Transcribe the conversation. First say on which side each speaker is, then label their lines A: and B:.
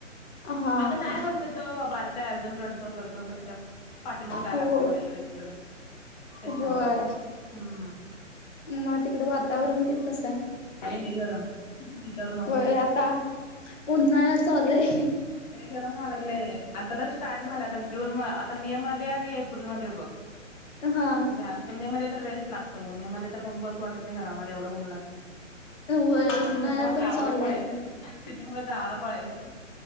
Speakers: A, on the left (about 70°); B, on the left (about 35°).
A: हा हा
B: आता नाही होत बार काय अजून रडतो करतो मग त्याच्या पाठीमाग जायला
A: हो
B: लागतं मला इकडे तिकडे. त्याच्यामुळं
A: होय
B: हम्म
A: मग तिकडं वातावरण ते कसं आहे?
B: आहे लय गरम विचारू नको
A: होय आता उन्हाळ चालूय
B: गरम व्हाय लागलेय आता तर स्टार्ट झालं आता जून मध्ये आता मे मध्ये आणि एप्रिल मध्ये बघ
A: हा
B: जास्त मे मध्ये तर लइच लागतं ऊन मे मध्ये तर बसू वाटतं नाही घरामध्ये एवढं ऊन लागतं.
A: होय. उन्हाळा
B: त्याच्यामुळे
A: पण
B: गावाला
A: चालू
B: पळायचं.
A: आहे आता
B: त्याच्यामुळे गावाला पळायचं.